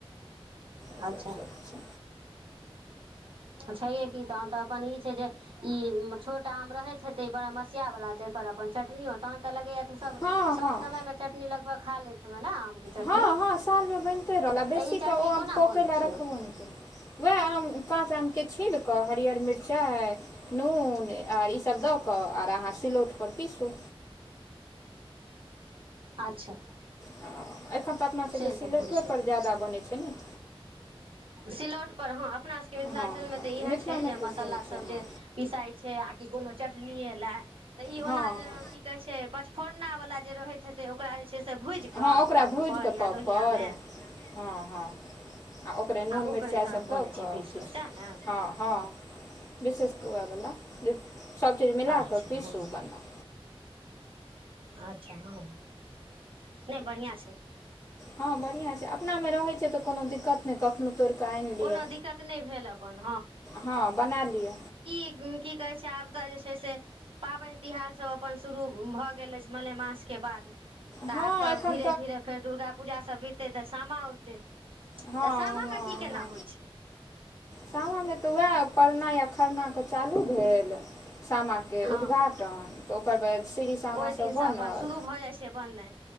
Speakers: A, on the left; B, on the right.
A: ईसभ
B: आच्छा
A: सभ छै
B: छैहे की तहन तऽ अपन ई छै जे ई छोट आम रहैत हेतै बारमसिया बला ते एकर अपन चटनियो तहन त लगैयै तू सब
A: हँ हँ
B: सब
A: हँ
B: समयमे चटनी लगभग खा लैत हेबैं ने के चटनी
A: हँ हँ सालमे बनिते रहल आ बेसीेक
B: तऽ ई चटनी
A: ओ आम
B: कोना
A: पकै
B: बनै
A: लै
B: छै
A: रखबौ नहि वैह आम काॅंच आम के छील त हरियर मिरचाइ नून आर ईसभ दऽ कऽ आर अहाँ सिलौट पर पीसू।
B: अच्छा
A: ह एखन तऽ अपना
B: से
A: सभके सिलौटेपर
B: सब होइ छै
A: ज्यादा बनै छै ने।
B: सिलौटपर हँ अपना सबके मिथिलांचलमे
A: हँ
B: तऽ इहै
A: मिथिलामे
B: छै जे
A: तऽ
B: मसल्लासभ
A: से होइ छै हँ
B: जे पिसाइ छै आ कि कोनो चटनिए लै तऽ ई
A: हँ
B: ओना जे की कहै छै पंचफोरना वला जे रहैत हेतै से ओकरा जे छै से भुजिकऽ
A: हँ हँ ओकरा
B: तब
A: भूजि
B: पर
A: कऽ
B: या
A: तबपर
B: लोहियामे
A: हँ हँ आ ओकरे नून
B: ओकरे
A: मिरचाइसभ
B: तहन बनै
A: दऽ कऽ
B: छै पीस
A: पीसू
B: सएह ने
A: हँ हँ। विशेष कऽ वै बला जे सबचीज मिलाकऽ
B: अच्छा
A: पीसू
B: हँ
A: बनाउ
B: अच्छा हँ नहि बढ़िआँ छै
A: हँ बढ़िया छै अपना मे रहै छै तऽ कोनो दिक्कत नहि कखनो तोड़ि कऽ आनि
B: कोनो
A: लिअ
B: दिक्कत नहि भेल अपन
A: हँ बना लिय
B: किग की कहै छै आब तऽ जे छै से पाबनि-तिहार सब अपन शुरू भऽ गेल अछि मलेमासके बाद तऽ
A: हँ
B: आब तऽ
A: एखन
B: धीरे-धीरे फेर दुर्गा पूजा सब बीततै तऽ सामा औतै
A: हँ
B: तऽ सामामे
A: हँ
B: की केना
A: हँ
B: होए छै
A: सामामे तऽ वै परना या खरना कऽ चालू भेल सामा के
B: हँ
A: उद्घाटन तऽ ओकर बाद श्रीसामा
B: ओहि
A: सब
B: दिनसँ
A: बनल
B: अपन शुरू भऽ जाइ छै बननाइ